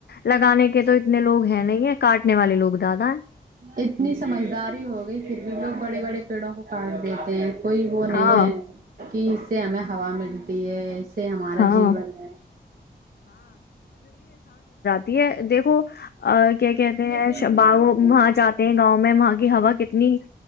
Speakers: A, on the left; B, on the right.
A: لگانے کے تو اتنے لوگ ہیں نہیں ہے کٹ والے لوگ زیادہ ہیں
B: اتنی سمجھداری ہو گئی پھر بھی لوگ بڑے بڑے پیڑوں کو کاٹ دیتے ہیں کوئی وہ
A: ہاں
B: نہیں ہے کہ اس سے ہمیں ہوا ملتی ہے سے ہمارا
A: ہاں
B: جیون ہے
A: یہ دیکھو ا کیا کہتے ہیں
B: ہے
A: ب وہاں جاتے ہیں گاؤں میں وہاں کی ہوا کتنی